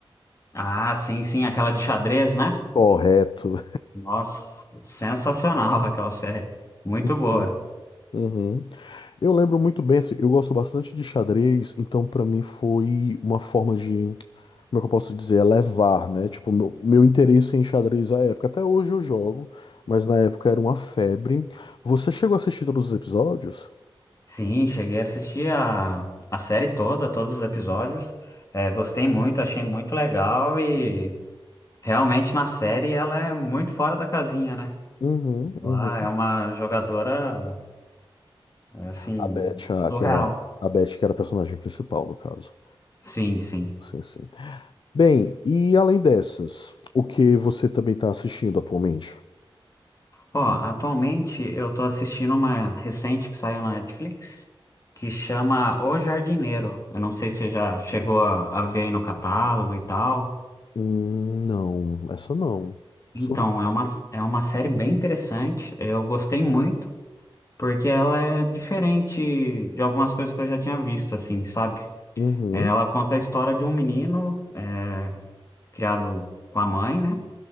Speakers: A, on the left; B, on the left.
A: Ah, sim, sim, aquela de xadrez, né?
B: Correto.
A: Nossa, sensacional <laughs> aquela série. Muito
B: Uhum.
A: boa.
B: Uhum. Eu lembro muito bem, assim, eu gosto bastante de xadrez, então pra mim foi uma forma de, como é que eu posso dizer, elevar, né? Tipo, meu, meu interesse em xadrez à época. Até hoje eu jogo, mas na época era uma febre. Você chegou a assistir todos os episódios?
A: Sim, cheguei a assistir a, a série toda, todos os episódios. É, gostei muito, achei muito legal e realmente na série ela é muito fora da casinha, né?
B: Uhum,
A: Ela
B: uhum.
A: é uma jogadora, assim,
B: A Beth, a,
A: surreal.
B: que era, a Beth, que era a personagem principal, no caso.
A: Sim, sim.
B: Sim, sim. Bem, e além dessas, o que você também está assistindo atualmente?
A: Ó, atualmente eu tô assistindo uma recente que saiu na Netflix que chama O Jardineiro. Eu não sei se você já chegou a, a ver aí no catálogo e tal.
B: Hum, não, essa não.
A: Então,
B: Sobre.
A: é uma, é uma série bem interessante. Eu gostei muito, porque ela é diferente de algumas coisas que eu já tinha visto, assim, sabe?
B: Uhum.
A: É, Ela conta a história de um menino é, criado com a mãe, né?